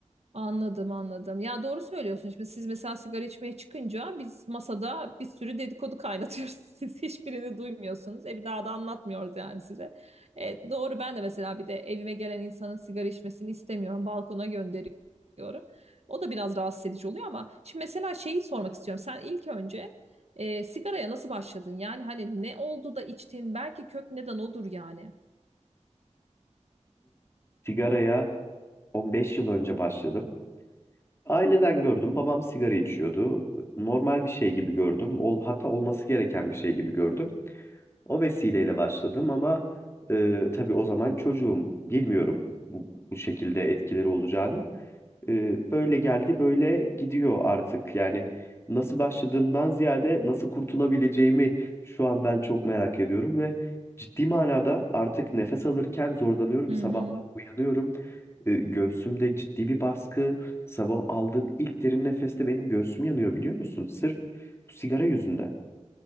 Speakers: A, on the right (about 60°); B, on the left (about 20°).
A: Anladım anladım. Ya doğru söylüyorsun. Şimdi siz mesela sigara içmeye çıkınca biz masada bir sürü dedikodu kaynatıyoruz. <laughs> Siz hiçbirini duymuyorsunuz. E bir daha da anlatmıyoruz yani size. E, doğru ben de mesela bir de evime gelen insanın sigara içmesini istemiyorum. Balkona gönderiyorum. O da biraz rahatsız edici oluyor ama şimdi mesela şeyi sormak istiyorum. Sen ilk önce ee, sigaraya nasıl başladın? Yani hani ne oldu da içtin? Belki kök neden odur yani.
B: Sigaraya 15 yıl önce başladım. Aileden gördüm. Babam sigara içiyordu. Normal bir şey gibi gördüm. Ol, hatta olması gereken bir şey gibi gördüm. O vesileyle başladım ama e, tabii o zaman çocuğum. Bilmiyorum bu, bu şekilde etkileri olacağını e, böyle geldi böyle gidiyor artık. Yani nasıl başladığımdan ziyade nasıl kurtulabileceğimi şu an ben çok merak ediyorum ve ciddi manada artık nefes alırken zorlanıyorum.
A: Hı
B: Sabahları
A: hı.
B: uyanıyorum. E, göğsümde ciddi bir baskı. Sabah aldığım ilk derin nefeste benim göğsüm yanıyor biliyor musun? Sırf bu sigara yüzünden.